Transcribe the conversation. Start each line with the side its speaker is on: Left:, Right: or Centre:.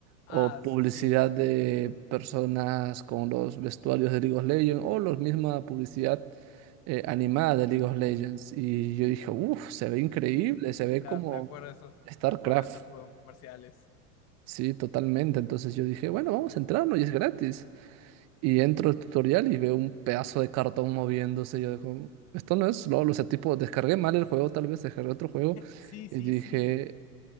Left: Ah,
Right: O publicidad
Left: sí,
Right: de personas con los vestuarios de League of Legends, o la misma publicidad eh, animada de League of Legends. Y yo dije, uff, se ve increíble,
Left: sí,
Right: se ve
Left: me,
Right: como
Left: me acuerdo de esos,
Right: StarCraft.
Left: me acuerdo de esos juegos comerciales.
Right: Sí, totalmente. Entonces yo dije, bueno, vamos a entrarnos y es gratis. Y entro al tutorial y veo un pedazo de cartón moviéndose. Yo digo, esto no es LOL. O sea, tipo, descargué mal el juego, tal vez descargué otro juego.
Left: Sí,
Right: Y
Left: sí,
Right: dije,
Left: sí,